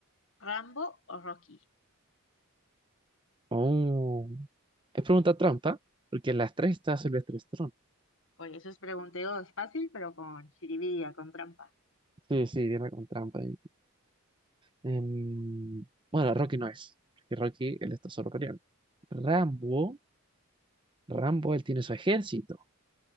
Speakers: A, on the left (about 60°); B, on the right (about 20°).
A: Rambo o Rocky?
B: Oh. Es pregunta trampa, porque en las tres está Silvestre Stallone.
A: Oye, eso es pregunteo fácil, pero con jiribilla, con trampa.
B: Sí, sí, viene con trampa. ahí. Em, bueno, Rocky no es, porque Rocky él está solo peleando. Rambo, Rambo él tiene su ejército